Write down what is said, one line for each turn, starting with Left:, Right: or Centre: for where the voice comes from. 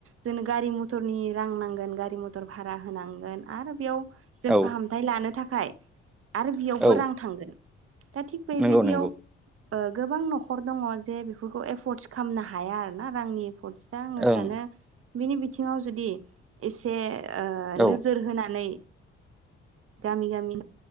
Right: जोंनो गारि मथरनि रां नांगोन गारि मथर भारा होनांगोन आरो बेयाव। जों
Centre: औ
Right: फाहामथाय लानो थाखाय आरो बेयावबो
Centre: औ
Right: रां थांगोन। दा थिग बेबायदियाव
Centre: नंगौ नंगौ
Right: गोबां ओ न'खर दङ। जे बेफोरखौ एफर्टस खालामनो हाया आरो ना रांनि एफर्ट आङो
Centre: ओं
Right: सानो। बिनि बिथिङाव जुदि एसे ओ
Centre: औ
Right: नोजोर होनानै। गामि गामि